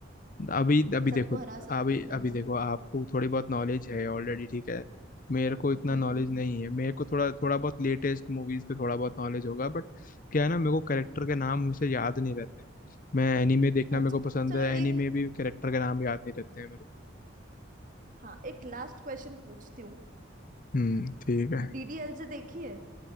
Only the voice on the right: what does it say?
सबको
हरा सकती
हूँ फिर
मैं
हम्म
हम्म
हम्म
अच्छा
चलो
एक
हाँ एक लास्ट क्वेश्चन पूछती हूँ
डीडीएल से देखी है